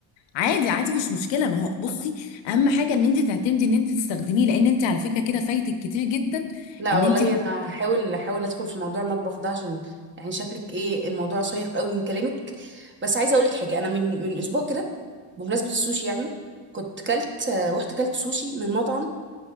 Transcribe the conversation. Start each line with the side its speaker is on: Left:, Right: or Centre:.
Left: عادي عادي مش مشكله ما هو بصي اهم حاجه ان انت تعتمدي ان انت تستخدميه لان انت على فكره كده فايتك كتير جدا
Right: <laughs> لا
Left: ان
Right: والله
Left: انت ما
Right: انا هحاول هحاول ادخل في موضوع المطبخ ده عشان يعني شكلك ايه الموضوع شيق قوي من كلامك بس عايزه اقول لك حاجه انا من من اسبوع كده بمناسبه السوشي يعني كنت كلت آه، رحت كلت سوشي من مطعم